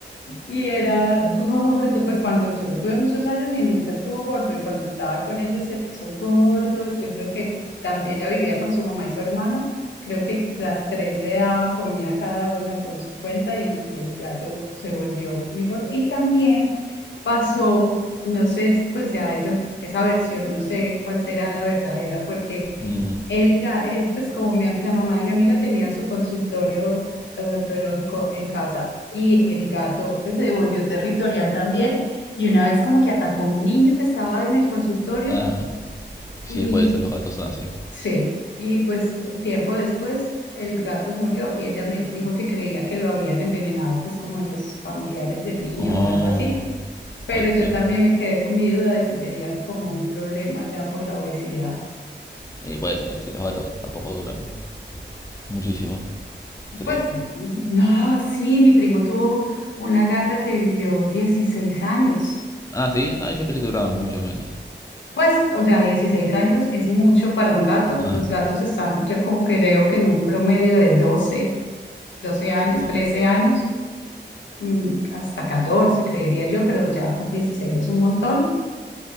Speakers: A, on the left; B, on the left.
A: y era gordo, pues cuando yo lo tuve muchos años y nunca estuvo gordo, y cuando estaba con ella se puso gordo, yo creo que también ella vivía con su mamá y su hermana, creo que las tres le daban comida a cada una por su cuenta y, y el gato se volvió muy gordo, y también pasó, no sé, pues ya esa, esa versión, no sé cuál será la verdadera, porque...
B: Mm,
A: El, ga- el, pues como mi a- la mamá de mi amiga tenía su consultorio odontológico en casa. Y el gato pues, se volvió territorial también. Y una vez como que atacó a un niño que estaba en el consultorio
B: ah, sí,
A: y
B: puede ser, los gatos son así.
A: sí, y pues tiempo después el gato murió y ella me dijo que creía que lo habían envenenado pues como los familiares del niño
B: Oh,
A: o algo así. Pero
B: ay, qué
A: yo
B: feo.
A: también me quedé con mi duda de si sería como un problema ya por la obesidad.
B: Eh, puede ser, sí, los gatos tampoco duran muchísimo, creo.
A: Pues no, sí, mi primo tuvo una gata que vivió 16 años.
B: Ah, sí, ah, yo pensé que duraban mucho menos.
A: Pues, o sea, 16 años es mucho para un gato.
B: Ah,
A: Los gatos están, yo como que creo que en un promedio de doce, doce años,
B: ah,
A: 13 años, mm, hasta 14 creería yo, pero ya pues, 16 es un montón.